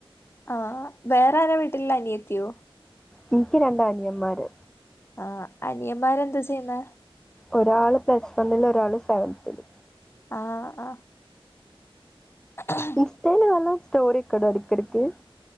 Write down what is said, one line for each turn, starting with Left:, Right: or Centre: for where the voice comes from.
Left: ആ വേറെരാ വീട്ടിൽ ഉള്ളെ അനിയ ത്തിയോ
Centre: എനിക്ക് രണ്ട് അനിയന്മാര്
Left: ആഹ് അനിയന്മാര് എന്താ ചെയ്യുന്നെ
Centre: ഒരാള് പ്ലസ് വണ്ണില് ഒരാള് സെവൻതില്
Left: ആഹ് ആഹ് <inaudible>
Centre: ഇൻസ്റ്റേല് വല്ല സ്റ്റോറി ഒക്കെടോ ഇടക്കെടക്ക്